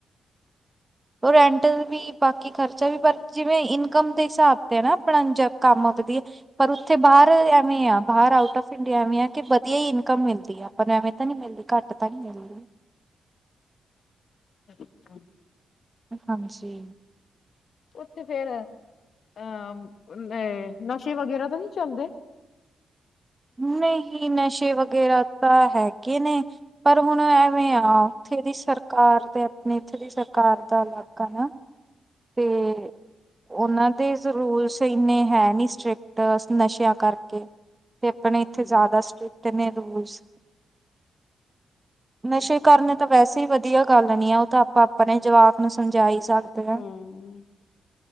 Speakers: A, on the right; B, on the left.
A: ਉਹ ਰੈਂਟ ਵੀ ਬਾਕੀ ਖਰਚਾ ਵੀ ਪਰ ਜਿਵੇਂ ਇਨਕਮ ਦੇ ਹਿਸਾਬ ਤੇ ਨਾ ਆਪਣਾ ਕੰਮ ਵਧਦੀ ਹੈ। ਪਰ ਉੱਥੇ ਬਾਹਰ ਐਵੇਂ ਆ ਬਾਹਰ ਆਊਟ ਆਫ ਪਿੰਡਿਆਵੇ ਆ ਕਿ ਵਧੀਆ ਹੀ ਇਨਕਮ ਮਿਲਦੀ ਹੈ ਆਪਾਂ ਨੂੰ ਐਵੇਂ ਤਾਂ ਨਹੀਂ ਘੱਟ ਤਾਂ ਹੀ ਮਿਲਦੀ।
B: ਅੱਛਾ।
A: ਹਾਂਜੀ।
B: ਉੱਥੇ ਫੇਰ ਅਹ ਅ ਨਸ਼ੇ ਵਗੈਰਾ ਤਾਂ ਨਹੀਂ ਚੱਲਦੇ।
A: ਨਹੀਂ ਨਸ਼ੇ ਵਗੈਰਾ ਤਾਂ ਹੈਗੇ ਨੇ ਪਰ ਹੁਣ ਐਵੇਂ ਆ ਉੱਥੇ ਦੀ ਸਰਕਾਰ ਤੇ ਆਪਣੀ ਇੱਥੇ ਦੀ ਸਰਕਾਰ ਦਾ ਅਲੱਗ ਆ ਨਾ ਤੇ ਉਹਨਾਂ ਦੇ ਰੂਲਸ ਇੰਨੇ ਹੈ ਨੀ ਸਟ੍ਰਿਕਟ ਨਸ਼ਿਆਂ ਕਰਕੇ ਤੇ ਆਪਣੇ ਇੱਥੇ
B: ਹੂੰ
A: ਜ਼ਿਆਦਾ ਸਟ੍ਰਿਕਟ ਨੇ ਰੂਲਸ ਨਸ਼ੇ
B: ਅੱਛਾ
A: ਕਰਨੇ ਤਾਂ ਵੈਸੇ ਹੀ ਵਧੀਆ ਗੱਲ ਨੀ ਆ ਉਹ ਤਾਂ ਆਪਾਂ ਆਪਣੇ ਜਵਾਕ ਨੂੰ ਸਮਝਾ ਹੀ ਸਕਦੇ ਹਾਂ।
B: ਹੂੰ